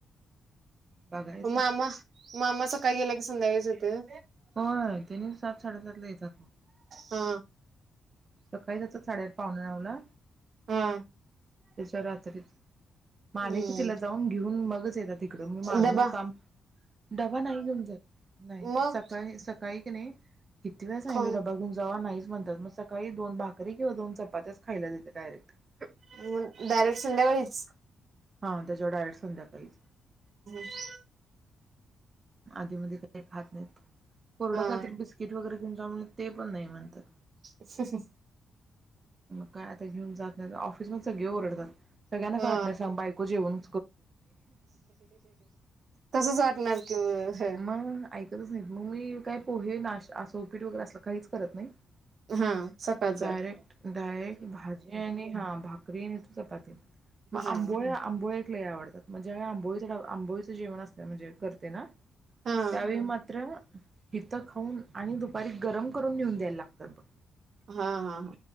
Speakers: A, on the right (about 35°); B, on the right (about 60°).
A: बघायचय
B: मामा मामा सकाळी गेला की संध्याकाळीच येतोय.
A: होय त्यानी सा साडेसातला येतात बघ
B: हा
A: सकाळी जातात साडेआठ पावणे नवला
B: हा
A: त्याच्यावर रात्री मग आले
B: हम्म
A: की तिला जाऊन घेऊन मगच येतात इकडं मग माझं
B: डबा
A: मी जाऊन डबा नाही घेऊन जात नाही
B: मग
A: सकाळी सकाळी की नाही..... किती वेळा सांगितलंय
B: खाऊन
A: डबा घेऊन जावा नाहीच म्हणत्यात मस सकाळी दोन भाकरी किंवा दोन चपात्या खायला देते डायरेक्ट....
B: मग डायरेक्ट संध्याकाळीच
A: हा त्याच्यावर डायरेक्ट संध्याका आइच
B: <unintelligible>
A: आधीमध्ये काही खात नाहीत.... कोरडा
B: हम्म
A: काहीतरी बिस्किट वगैरे... ते पण नाही म्हणतात.....
B: अहहह
A: मग काय आता घेऊन जात नाही. ऑफिस मध्ये सगळे ओरडतात. सगळ्यांना काय
B: हा
A: वाटलंस बायको जेवन.....
B: तसच वाटणार की मग.
A: मग ऐक... <unintelligible> मग मी काय पोहे नाश्टा उपीठ वगैरे असलं काहीच करत नाही
B: हा सकाळचं
A: डायरेक्ट डायरेक्ट भाजी आणि हा भाकरी आणि.. चपाती मग
B: हा
A: आंबोळ्या आंबोळ्या लई आवडतात म्हणजे आंबोळीचा ड आंबोळीच जेवण असते म्हणजे करते ना
B: हा
A: त्यावेळी मात्र हित खाऊन आणि दुपारी गरम करून नेऊन द्यायला लागतात बघ....
B: हा हा हा